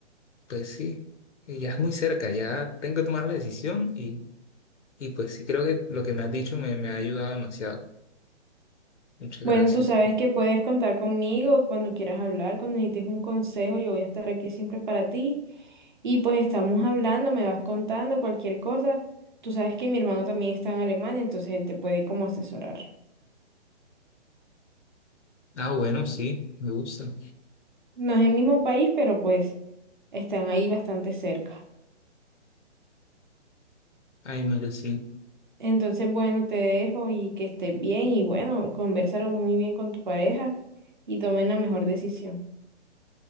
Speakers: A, on the left; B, on the right.
A: pues sí, y ya es muy cerca, ya tengo que tomar la decisión y, y pues sí, creo que lo que me has dicho me, me ha ayudado demasiado. Muchas
B: Bueno,
A: gracias.
B: tú sabes que puedes contar conmigo cuando quieras hablar, cuando necesites un consejo, yo voy a estar aquí siempre para ti. Y pues estamos hablando, me vas contando cualquier cosa. Tú sabes que mi hermano también está en Alemania, entonces él te puede como asesorar.
A: Ah, bueno, sí, me gusta.
B: No es el mismo país, pero pues están ahí bastante cerca.
A: Ay, Mario, sí.
B: Entonces, bueno, te dejo y que estés bien y bueno, conversaron muy bien con tu pareja y tomen la mejor decisión.